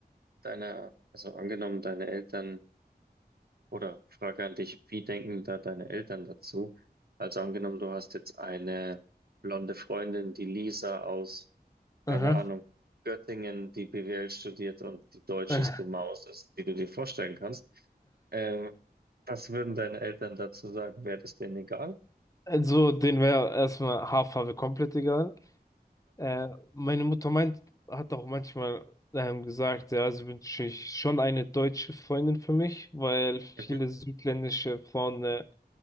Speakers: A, on the right; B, on the left.
A: deine, also angenommen deine Eltern, oder Frage an dich, wie denken da deine Eltern dazu? Also angenommen, du hast jetzt eine blonde Freundin, die Lisa aus,
B: Aha.
A: keine Ahnung, Göttingen, die BWL studiert und die deutscheste
B: <laughs>
A: Maus ist, die du dir vorstellen kannst. Ähm, was würden deine Eltern dazu sagen? Wäre das denen egal?
B: Also, den wäre erstmal Haarfarbe komplett egal. Äh, meine Mutter meint, hat auch manchmal ähm, gesagt, ja, sie wünsche ich schon eine deutsche Freundin für mich, weil viele
A: Mhm,
B: südländische Frauen äh,